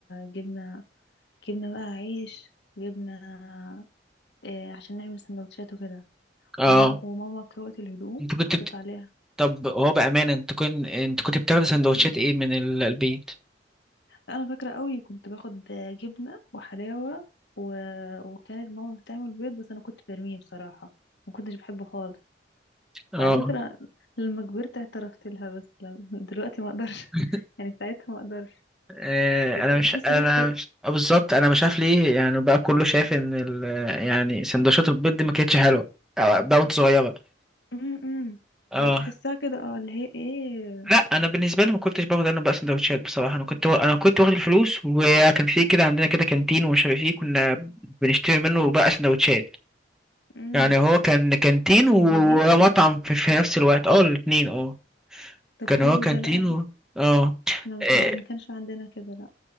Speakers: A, on the left; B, in the centre.
A: جبنا جبنا بقى عيش وجبنا آه، عشان نعمل سندوتشات وكده
B: اه
A: وماما وماما كوت الهدوم
B: انت كنت
A: وحطت
B: بت...
A: عليها
B: طب هو بامانه انت كنت انت كنت بتاخد سندوتشات ايه من ال- البيت
A: انا فاكره قوي كنت باخد جبنه وحلاوه و... وكانت ماما بتعمل بيض بس انا كنت برميه بصراحه ما كنتش بحبه خالص
B: اه
A: على فكره لما كبرت اعترفت لها بس لم... دلوقتي ما اقدرش
B: <laughs>
A: <laughs> يعني ساعتها ما اقدرش
B: آه،
A: بك-
B: انا مش
A: بحس
B: انا
A: ريحته وح-
B: مش... آه، بالظبط انا مش عارف ليه يعني بقى كله شايف ان ال... يعني سندوتشات البيض دي ما كانتش حلوه آه، بقى وانت صغيره
A: أم أم.
B: اه
A: بتحسها كده اه اللي هي ايه
B: لا انا بالنسبه لي ما كنتش باخد انا بقى سندوتشات بصراحه انا كنت انا كنت واخد الفلوس وكان في كده عندنا كده كانتين ومش عارف ايه كنا بنشتري منه بقى سندوتشات
A: أم.
B: يعني هو كان كانتين
A: كان
B: ومطعم
A: بيبيع
B: في, في نفس الوقت اه الاتنين اه
A: طب
B: كان
A: حلو
B: هو كانتين
A: ده لا
B: و... اه
A: احنا ما, كن...
B: آه،
A: ما كانش عندنا كده لا